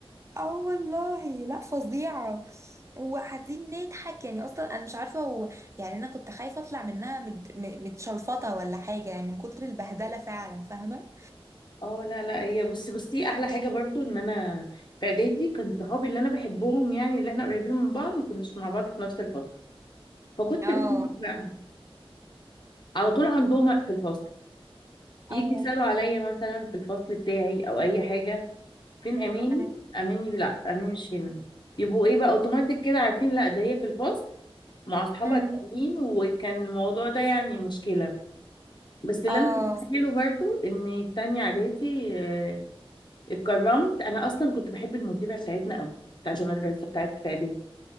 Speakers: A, on the right (about 30°); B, on the left (about 50°).
A: اه والله لا فظيعة وقاعدين نضحك يعني اصلا انا مش عارفة هو يعني انا كنت خايفة اطلع منها مت... م- متشلفطة ولا حاجة يعني من كتر البهدلة فعلا فاهمة
B: اه لا لا هي بصي بصي احلى حاجه برضو ان انا في اعدادي كنت صحابي اللي انا بحبهم يعني اللي احنا قريبين من بعض ما كناش مع بعض في نفس الفصل فكنت
A: اه
B: بعمل إيه بقى على طول عندهم في الفصل يجي
A: اه
B: يسالوا عليا مثلا في الفصل بتاعي او اي حاجه فين اماني
A: أمم،
B: اماني لا اماني مش هنا يبقوا ايه بقى اوتوماتيك كده عارفين لا ده هي في الفصل مع اصحابها
A: أمم،
B: التانيين وكان الموضوع ده يعني مشكله بس اللي
A: اه
B: انا فاكره برضو ان في تانية اعدادي آه، اتكرمت انا اصلا كنت بحب المديره بتاعتنا قوي بتاعت المدرسه بتاعت في اعدادي